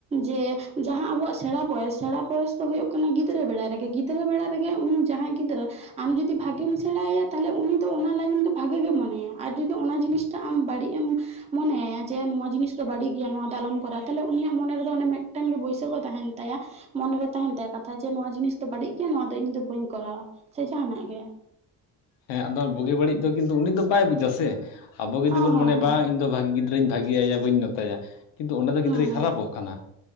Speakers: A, on the right; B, on the left.
A: ᱡᱮ ᱡᱟᱦᱟᱸ ᱟᱵᱚᱣᱟᱜ ᱥᱮᱬᱟ ᱵᱚᱭᱮᱥ ᱥᱮᱬᱟ ᱵᱚᱭᱚᱥ ᱫᱚ ᱦᱩᱭᱩᱜ ᱠᱟᱱᱟ ᱜᱤᱫᱽᱨᱟᱹ ᱵᱮᱲᱟ ᱨᱮᱜᱮ, ᱜᱤᱫᱽᱨᱟᱹ ᱵᱮᱲᱟ ᱨᱮᱜᱮ ᱩᱱᱤ ᱡᱟᱦᱟᱸᱭ ᱜᱤᱫᱽᱨᱟᱹ ᱟᱢ ᱡᱩᱫᱤ ᱵᱷᱟᱜᱮᱢ ᱥᱮᱬᱟ ᱦᱟᱭᱟ ᱛᱟᱦᱮᱞᱮ ᱩᱱᱤ ᱫᱚ ᱚᱱᱟ ᱞᱟᱹᱜᱤᱱ ᱫᱚ ᱵᱷᱟᱜᱮ ᱜᱮ ᱢᱚᱱᱮᱭᱟ ᱟᱨ ᱡᱩᱫᱤ ᱚᱱᱟ ᱡᱤᱱᱤᱥ ᱴᱟᱜ ᱟᱢ ᱵᱟᱹᱲᱤᱡ ᱮᱢ ᱢᱚᱱᱮ ᱟᱭᱟ ᱡᱮ ᱱᱚᱣᱟ ᱡᱤᱱᱤᱥ ᱫᱚ ᱵᱟᱹᱲᱤᱜ ᱜᱮᱭᱟ ᱱᱚᱣᱟ ᱫᱚ ᱟᱞᱚᱢ ᱠᱚᱨᱟᱣᱟ ᱛᱟᱦᱮᱞᱮ ᱩᱱᱤᱭᱟᱜ ᱢᱚᱱᱮ ᱨᱮᱫᱚ ᱚᱱᱮ ᱢᱤᱫᱴᱮᱱ ᱜᱮ ᱵᱳᱭᱥᱟᱹᱠᱚ ᱛᱟᱦᱮᱱ ᱛᱟᱭᱟ, ᱢᱚᱱᱮᱨᱮ ᱛᱟᱦᱮᱱ ᱛᱟᱭᱟ ᱠᱟᱛᱷᱟ ᱡᱮ ᱱᱚᱣᱟ ᱡᱤᱱᱤᱥ ᱫᱚ ᱵᱟᱹᱲᱤᱡ ᱜᱮᱭᱟ ᱱᱚᱣᱟ ᱫᱚ ᱤᱧ ᱫᱚ ᱵᱟᱹᱧ ᱠᱚᱨᱟᱣᱟ ᱾ ᱪᱮ ᱡᱟᱦᱟᱸᱱᱟᱜ ᱜᱮ ᱾
B: ᱦᱮᱸ ᱟᱫᱚ ᱵᱩᱜᱤ ᱵᱟᱹᱲᱤᱡ ᱫᱚ ᱠᱤᱱᱛᱩ ᱩᱱᱤ ᱫᱚ ᱵᱟᱭ ᱵᱩᱡᱟ ᱥᱮ ᱟᱵᱚ ᱜᱮ
A: ᱦᱚᱸ
B: ᱡᱩᱫᱤᱵᱚᱱ
A: ᱦᱚᱸ
B: ᱢᱚᱱᱮᱭᱟ ᱵᱟᱝ ᱤᱧ ᱫᱚ ᱵᱟ ᱜᱤᱫᱽᱨᱟᱹᱧ ᱵᱷᱟᱹᱜᱮ ᱟᱭᱟ ᱵᱟᱹᱧ ᱢᱮᱛᱟᱭᱟ ᱾ ᱠᱤᱱᱛᱩ ᱚᱸᱰᱮ ᱫᱚ ᱜᱤᱫᱽᱨᱟᱹᱭ
A: ᱦᱚᱸ ᱦᱩᱸ ᱦᱩᱸ
B: ᱠᱷᱟᱨᱟᱯᱚᱜ ᱠᱟᱱᱟ